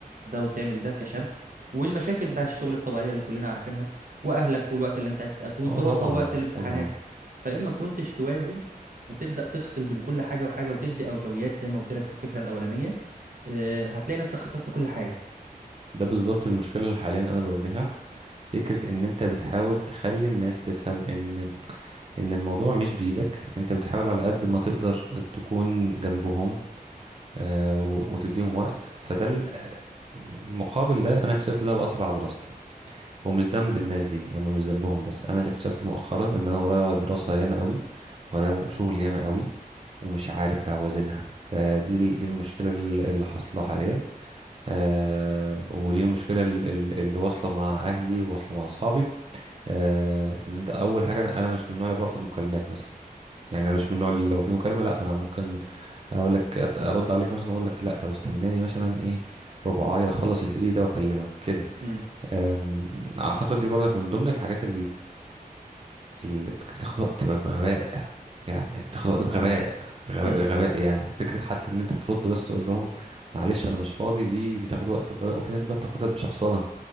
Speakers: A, on the right; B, on the right.
A: ده وتعمل ده كشاب والمشاكل بتاعت الشغل الطبيعية اللي كلنا عارفينها واهلك والوقت اللي انت عايز تقابله والدراسة
B: اه طبعا
A: ووقت الامتحانات
B: طبعا
A: فاما كنتش توازن وتبدأ تفصل بين كل حاجة وحاجة وتدي أولويات زي ما قلت لك في الفكرة الأولانية آه، هتلاقي نفسك خسرت كل حاجة
B: ده بالظبط المشكلة اللي حاليا انا بواجهها فكرة ان انت بتحاول تخلي الناس تفهم ان ان الموضوع مش بإيدك انت بتحاول على قد ما تقدر تكون جنبهم آه، و- وتديهم وقت فده ال- مقابل ده انا اكتشفت ان انا بأثر على دراستي ومش ذنب الناس دي هم مش ذنبهم بس انا اللي اكتشفت مؤخرا ان انا ورايا دراسة ياما قوي ورايا شغل ياما قوي ومش عارف اوازنها فدي ال- دي المشكلة ال- اللي حاصلة حاليا آه، ودي المشكلة ال- ال- اللي واصلة مع اهلي وواصلة مع اصحابي آه ان انت اول حاجه انا أنا مش من النوع اللي برفض مكالمات مثلا يعني انا مش من النوع اللي لو في مكالمه لا انا ممكن اقول لك أت- ارد عليك مثلا اقول لك لا طب استناني مثلا ايه ربعايه اخلص اللي في ايدي ده واكلمك كده
A: امم
B: آم، اعتقد دي برضك من ضمن الحاجات اللي بت- بتاخد وقت ب- بغباء يعني بتاخد وقت
A: ده
B: بغباء
A: حقيقي
B: بغباء
A: امم
B: بغباء يعني فكرة حتى ان انت ترد بس تقول لهم معلش انا مش فاضي دي بتاخد وقت بغباء وفي ناس بقى بتاخدها بشخصنة